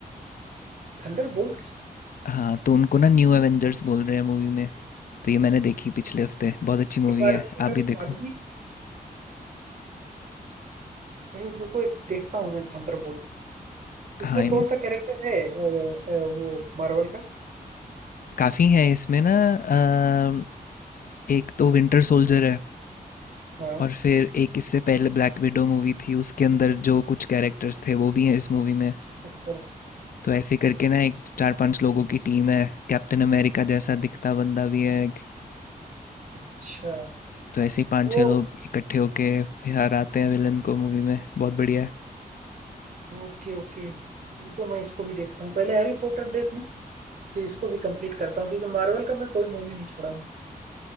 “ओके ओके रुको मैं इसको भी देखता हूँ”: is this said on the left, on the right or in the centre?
Right